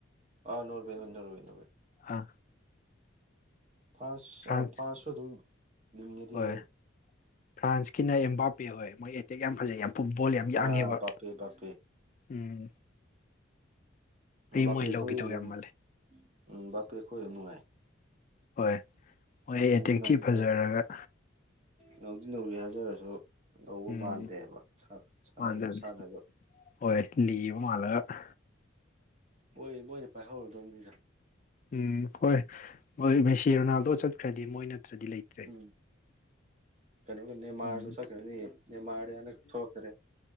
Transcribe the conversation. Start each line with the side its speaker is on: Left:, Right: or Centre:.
Right: ꯑꯥ ꯅꯣꯏꯕꯤ ꯅꯣꯏ ꯅꯣꯏꯕꯤ ꯅꯣꯏ
Left: ꯎꯝ
Right: ꯐꯥꯁ
Left: ꯐ꯭ꯔꯥꯟꯁ
Right: ꯐꯥꯁꯁꯨ ꯑꯗꯨꯝ ꯂꯤꯡꯉꯦꯗꯤ
Left: ꯍꯣꯏ
Right: ꯍꯥꯏ
Left: ꯐ꯭ꯔꯥꯟꯁꯀꯤꯅ ꯑꯦꯝꯕꯥꯄꯦ ꯍꯣꯏ ꯃꯣꯏꯠ ꯇꯦꯛ ꯌꯥꯝ ꯐꯖꯩ ꯌꯥꯝ ꯐꯨꯠꯕꯣꯜ ꯌꯥꯝ ꯌꯥꯡꯉꯦꯕ
Right: ꯑꯥ ꯕꯥꯄꯦ ꯕꯥꯄꯦ
Left: ꯎꯝ ꯑꯩ
Right: ꯕꯥꯄꯦ
Left: ꯃꯣꯏ
Right: ꯑꯩꯈꯣꯏ
Left: ꯂꯧꯈꯤꯗꯧ
Right: ꯑꯗꯨꯝ
Left: ꯌꯥꯝ ꯃꯥꯜꯂꯦ
Right: ꯎꯝ ꯕꯥꯄꯦ ꯑꯩꯈꯣꯏ ꯑꯗꯨꯝ ꯅꯨꯡꯉꯥꯏ
Left: ꯍꯣꯏ ꯍꯣꯏ
Right: ꯕꯥꯄꯦꯗꯨ
Left: ꯑꯦꯇꯦꯛ
Right: ꯅꯧꯗꯤ
Left: ꯊꯤ ꯐꯖꯔꯒ
Right: ꯅꯧ ꯅꯧꯗꯤ ꯅꯒꯔꯤ ꯍꯥꯏꯖꯔꯣ ꯉꯝꯗꯧꯕ
Left: ꯎꯝ
Right: ꯃꯥꯟꯗꯦꯕ ꯁꯥ ꯁꯥꯟꯅꯔꯤ
Left: ꯃꯥꯟꯗꯕꯅꯤ
Right: ꯈꯨꯁꯥꯅꯒ
Left: ꯍꯣꯏ ꯂꯤꯕ ꯃꯥꯂꯒ
Right: ꯃꯣꯏ ꯃꯣꯏꯅ ꯄꯥꯏꯍꯧꯔꯗꯕꯅꯤꯅ
Left: ꯎꯝ ꯍꯣꯏꯣꯏ ꯁꯤ ꯔꯣꯅꯥꯜꯗꯣ ꯆꯠꯈ꯭ꯔꯗꯤ ꯃꯣꯏ ꯅꯠꯇ꯭ꯔꯗꯤ ꯂꯩꯇꯦ
Right: ꯎ ꯀꯩꯅꯣꯒ ꯅꯦꯃꯥꯔꯁꯨ
Left: ꯎꯝ
Right: ꯆꯠꯈ꯭ꯔꯅꯤ ꯅꯦꯃꯥꯔ ꯍꯟꯗꯛ ꯊꯣꯛꯈ꯭ꯔꯦ